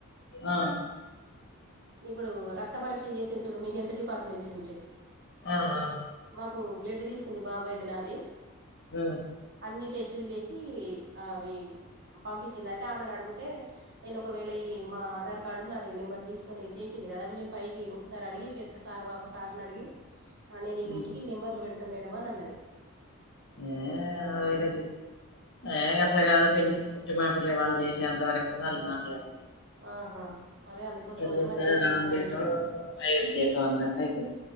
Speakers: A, on the left (about 50°); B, on the right (about 45°).
A: ఆ
B: ఇప్పుడు రక్త పరీక్ష చేసిన్సూడు మీ హెల్త్ డిపార్ట్మెంచునుంచి
A: ఆ ఆ
B: కు బ్లడ్ తీసుకుంది బాబాయిది నాది
A: మ్
B: న్ని టెస్టులు చేసి ఆవి పంపిచ్చింది అయితే ఆమెనడిగితే నేను ఒకవేళ యీ మా ఆధార్కార్డు నాది నెంబర్ తీస్ కొన్ని చేసింది కదా అవి నేను పైకి ఒకసారి అడిగి పె సార్ ఒకసార్నడిగి అని నే
A: హ్మ్.
B: వీటికి నెంబర్లు పెడత మేడమనన్నది
A: ఏ అమేడ జెప్ ఏ గట్లా గాదు పిన్ని వుట్టి మాటలే వాళ్ళు చేసేంతవరకె వాళ్ళు మాటలు
B: <inaudible> ఆహా అదే అందుకోసమని
A: తరువాత
B: మరి నీకేమన్న
A: రాముడేటో,
B: ఐడియా
A: అయోధ్యేటో అన్నట్టయితది.